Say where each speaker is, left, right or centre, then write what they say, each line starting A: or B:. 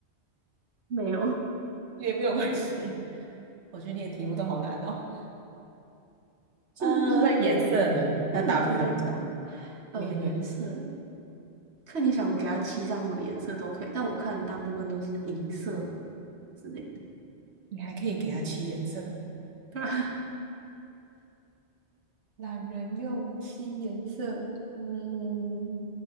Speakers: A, on the right (about 70°); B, on the right (about 80°).
A: 没有，
B: <laughs> 也没有关系。<laughs> 我觉得你的题目都好难哦。
A: 是日诶，
B: 嗯，那颜色呢？
A: 应该每天都会看到。
B: 那大部分
A: 呃，
B: 每天都会看，
A: 颜色的，看你想给它漆上什么颜色都可以，但我看大部分都是银色之类的，
B: 你还可以给它七颜色哦。
A: <laughs>
B: 懒人用七颜色，嗯，